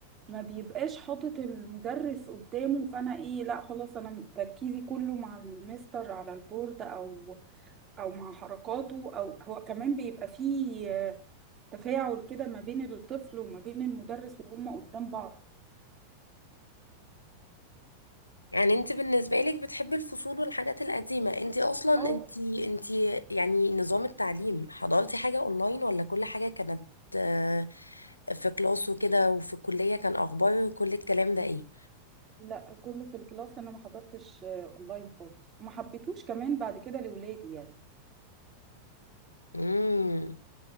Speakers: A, on the right; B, on the left.
A: ما بيبقاش حاطط المدرس قدامه فانا ايه لا خلاص انا تركيزي كله مع المستر على البورد او او مع حركاته او هو كمان بيبقى فيه تفاعل كده ما بين الطفل وما بين المدرس وهم قدام بعض
B: يعني انت بالنسبة لك بتحبي الفصول والحاجات القديمة انت اصلا
A: اه
B: انت انت يعني نظام التعليم حضرتي حاجة اونلاين ولا كل حاجة كانت آه، في كلاس وكده وفي الكلية كان اخبار كل الكلام ده ايه
A: لا كله في الكلاس انا ما حضرتش آه، اونلاين خالص ما حبيتوش كمان بعد كده لاولادي يعني
B: امم